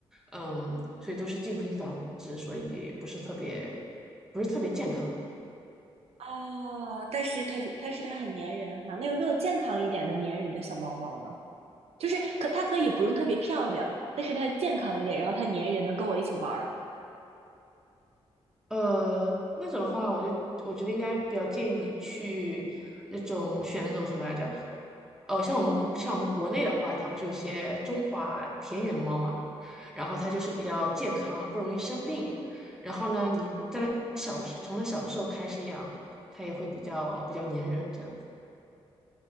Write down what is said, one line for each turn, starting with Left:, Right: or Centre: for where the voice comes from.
Centre: 嗯，所以都是进行繁殖，所以不是特别不是特别健康。
Right: 哦，但是它就但是它很粘人哈，那有没有健康一点的粘人的小猫猫呢？就是可它可以不用特别漂亮，但是它健康一点，然后它粘人能跟我一起玩儿。
Centre: 呃，那种的话，我就我觉得应该比较建议你去那种选那种什么来着？哦，像我们像我们国内的话，它不是有些中华田园猫嘛，然后它就是比较健康，不容易生病。然后呢，你在它小的时候，从它小的时候开始养，它也会比较比较粘人这样子。